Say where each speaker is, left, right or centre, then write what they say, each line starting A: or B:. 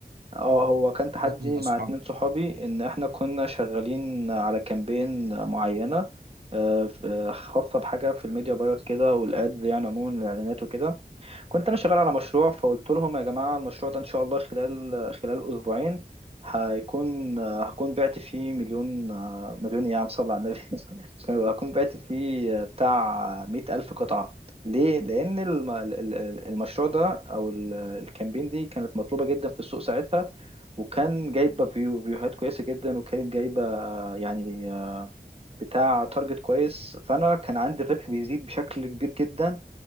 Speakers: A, on the right; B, on the right.
A: اه هو كان تحدي
B: مذاكره مع اصحابك
A: مع اتنين صحابي ان احنا كنا شغالين على كامبين معينة أه في- خاصة بحاجة في الميديا باير كده والادز يعني عموما الاعلانات وكده كنت انا شغال على مشروع فقلت لهم يا جماعه المشروع ده ان شاء الله خلال خلال اسبوعين هيكون هكون بعت فيه مليون مليون ايه يا عم صل على النبي <laughs> هكون بعت فيه بتاع مئة ألف قطعة ليه؟ لأن الم- ال- ال- المشروع ده أو ال- الكامبين دي كانت مطلوبة جدا في السوق ساعتها وكان جايبة فيو فيوهات كويسة جدا وكانت جايبة يعني بتاع تارجت كويس فأنا كان عندي الربح بيزيد بشكل كبير جدا